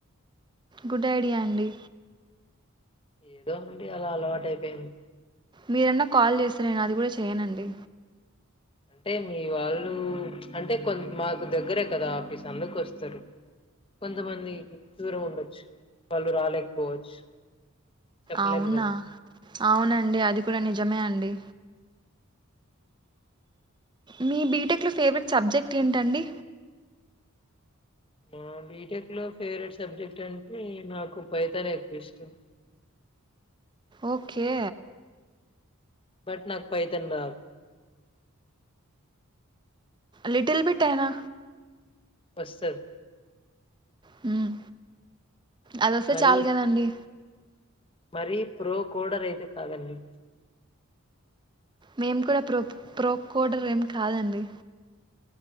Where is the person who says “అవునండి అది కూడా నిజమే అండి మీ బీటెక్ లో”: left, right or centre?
Right